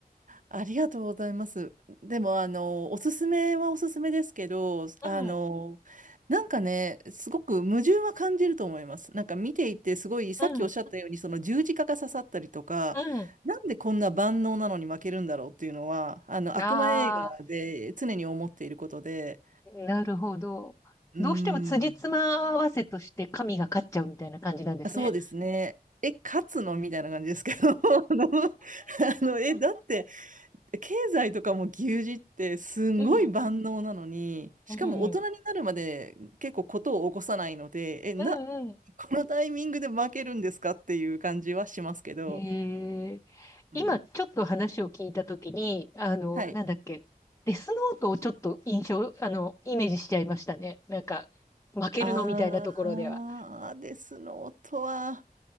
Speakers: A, on the right (about 55°); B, on the left (about 20°).
A: ありがとうございます。でも、あの、おすすめはおすすめですけど、
B: うん、
A: あの、なんかね、すごく矛盾は感じると思います。なんか見ていて、すごい、さっきおっしゃったように、
B: うん、
A: その十字架が刺さったりとか、
B: う
A: なんでこんな万能なのに負けるんだろうっていうのは、あの、
B: ん。
A: 悪魔映画で常に思っていることで、
B: ああ、なるほど。
A: うーん、
B: どうしても辻褄合わせとして神が勝っちゃうみたいな感じなんですね。
A: そうですね。え、勝つのみたいな感じですけど、<laughs> あの、あの、え、だって、経済とかも牛耳ってすんごい万能なのに、
B: うん、
A: しかも大人になるまで結構ことを起こさないので、
B: うん、
A: え、な、
B: うんうん。
A: このタイミングで負けるんですかっていう感じはしますけど、
B: ええ今ちょっと話を聞いたときに、
A: うん、
B: あの、
A: はい。
B: なんだっけ、デスノートをちょっと印象、あの、イメージしちゃいましたね。なんか、負けるのみたいなところでは。
A: あーですの音は、